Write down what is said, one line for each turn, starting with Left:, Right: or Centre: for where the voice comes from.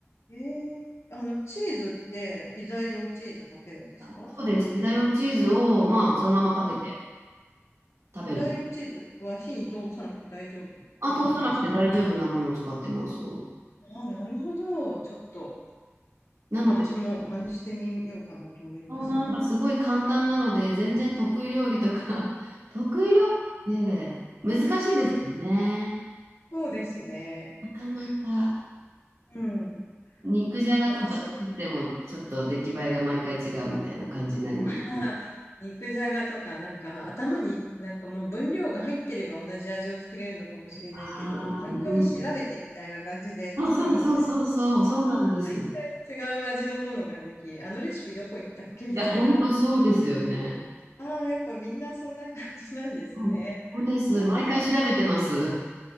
Left: ええあの、チーズって、ピザ用チーズかけるんですかそれって。
Right: あそうです。ピザ用チーズを、まあ、そのままかけて
Left: うん。
Right: 食べる。
Left: ピザ用チーズは火に通さなくて大丈夫なやつなの。
Right: あ、通さなくて大丈夫なものを使ってます。そ
Left: ああ、なるほど。ちょっと、
Right: うなので、
Left: 私も真似してみようかなと思います。
Right: そうなんかすごい簡単なので、全然得意料理とか <laughs> 得意料理って難しいですよね。
Left: うん、そうですね。
Right: なかなか
Left: うん。
Right: 肉じゃがとか作っても、
Left: 私は
Right: ちょっと出来栄えが毎回違うみたいな感じになります。
Left: <laughs> あー肉じゃがとか、なんか頭になんかもう分量が入ってれば同じ味を作れるのかもしれないけど、
Right: ああ、
Left: 毎回調べてみたいな感じで作るので、
Right: うん。そうそうそうそう、そうなんですよ。
Left: 毎回違う味のものができ、あのレシピどこ行ったっけみたいな。
Right: いや、本当そうですよね。
Left: ああ、やっぱみんなそんな感じなんですね。
Right: うん。そうです。
Left: なんか、
Right: 毎回調べてます。